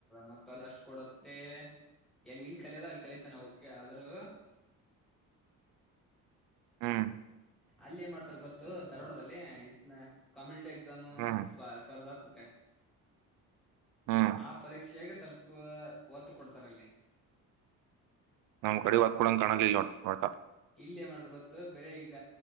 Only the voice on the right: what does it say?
ಹ್ಮ್
ಹ್ಮ್
ಹ್ಮ್
ನಮ್ ಕಡೆ ಒತ್ ಕೊಡಂಗ್ ಕಾಣಲಿಲ್ಲ ನೋಡ್ ನೋಡ್ತಾ